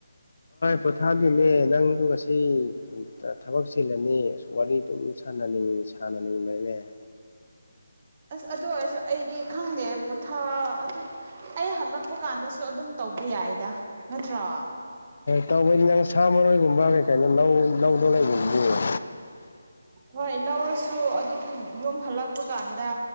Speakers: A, on the left; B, on the right.
A: ꯄꯣꯊꯥꯗꯨꯅꯦ ꯅꯪꯁꯨ ꯉꯁꯤ ꯊꯕꯛ ꯆꯤꯜꯂꯅꯤ ꯑ ꯋꯥꯔꯤ ꯑꯗꯨꯝ ꯁꯥꯟꯅꯅꯤꯡ ꯁꯥꯟꯅꯅꯤꯡꯕꯅꯤꯅꯦ
B: ꯑꯁ ꯑꯗꯨ ꯑꯣꯏꯔꯁꯨ ꯑꯩꯗꯤ ꯈꯪꯗꯦ ꯄꯣꯊꯥ ꯑꯗꯨꯝ ꯑꯩ ꯍꯜꯂꯛꯄ ꯀꯥꯟꯗꯁꯨ ꯑꯗꯨꯝ ꯇꯧꯕ ꯌꯥꯏꯗ ꯅꯠꯇ꯭ꯔꯣ
A: ꯇꯧꯕꯩꯗꯤ ꯅꯪ ꯁꯥ ꯃꯔꯣꯏꯒꯨꯝꯕ ꯀꯩ ꯀꯩꯅꯣ ꯂꯧ ꯂꯧꯗꯣ ꯂꯩꯕꯅꯦ
B: ꯍꯣꯏ ꯂꯧꯔꯁꯨ ꯑꯗꯨꯝ ꯌꯨꯝ ꯍꯜꯂꯛꯄ ꯀꯥꯟꯗ